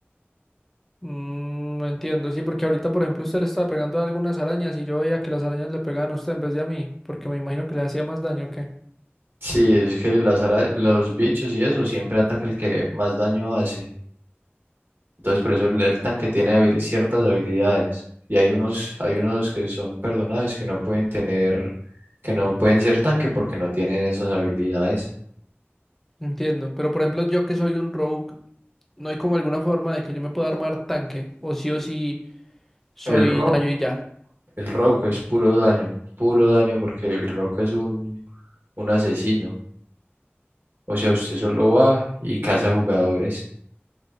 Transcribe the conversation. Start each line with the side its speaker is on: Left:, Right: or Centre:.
Centre: Mm, no entiendo. Sí, porque ahorita, por ejemplo, usted le estaba pegando a algunas arañas y yo veía que las arañas le pegaban a usted en vez de a mí. Porque me imagino que le hacía más daño, ¿o qué?
Right: sí, es que las, ara- los bichos y eso siempre ataca el que más daño hace. Entonces, por eso el, el tanque tiene habili- ciertas habilidades. Y hay unos, hay unos que son personajes que no pueden tener, que no pueden ser tanque porque no tienen esas habilidades.
Centre: Entiendo. Pero, por ejemplo, yo que soy un rogue, no hay como alguna forma de que yo me pueda armar tanque. O sí o sí soy
Right: El rogue,
Centre: daño y ya.
Right: el rogue es puro daño, puro daño porque el rogue es un, un asesino. O sea, usted solo va y caza jugadores.